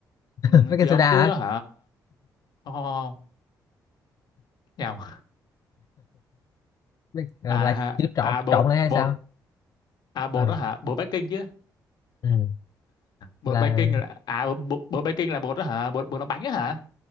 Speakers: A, on the left; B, on the left.
A: <laughs>
B: Ừ,
A: baking
B: thì ông
A: soda hả
B: cứ hả không không không nhầm.
A: Bak- ờ,
B: À
A: là chữ trộn
B: à bột
A: trộn lại hay
B: bột
A: sao
B: à bột
A: à
B: đó hả? Bột baking chứ.
A: ừ.
B: Bột
A: là
B: baking là à bột, bột bột baking là bột đó hả? Bột bột làm bánh đó hả?